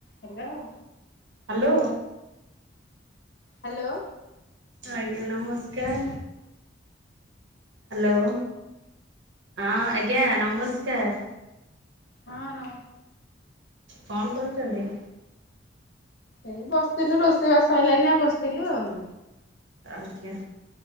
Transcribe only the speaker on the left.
Hello.
Hello.
ହଁ ନମ
ଏଇ ବସିଥିଲୁ ରୋଷେଇବାସ ସଇଲା ଏଇନା ବସିଥିଲୁ ଆଉ।